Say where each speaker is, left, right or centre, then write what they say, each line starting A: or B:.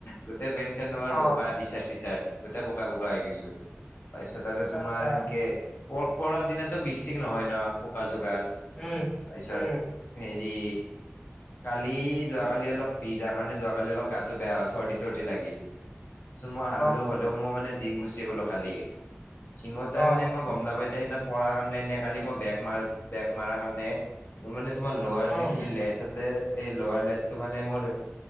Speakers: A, on the left (about 50°); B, on the left (about 15°).
A: গোটেই পেন - চেন তোমাৰ
B: অ'
A: বোকা টি চাৰ্ট - চি চাৰ্ট। গোটেই বোকা বোকা হৈ গৈছো তাৰ পিছত আৰু
B: আচ্ছা
A: তোমাৰ
B: আচ্ছা
A: সেনকে পক পৰাৰ দিনতো বিষ - চিষ নহয় ন পুকা যোগাল
B: উম।
A: তাৰপিছত
B: উম,
A: হেৰি কালি যোৱাকালি অলপ ভিজা কাৰণে যোৱাকালি অলপ গাতটো বেয়া হল সৰ্দী চৰ্দি লাগিল পিছত মই হলো
B: অ'
A: হ'লেও মই মানে জিম গুচি গলো কালি। জিমত যাই
B: অ'
A: মানে মই গম নাপাইতি সেইদিনা পঢ়াৰ কাৰণে নে কালি মই বেগ মাৰ বেক মাৰাৰ কাৰণে মোৰ মানে তোমাৰ লৱাৰ
B: উম,
A: যিখিনি লেথ আছে। এই লাৰ লেছটো মানে মোৰ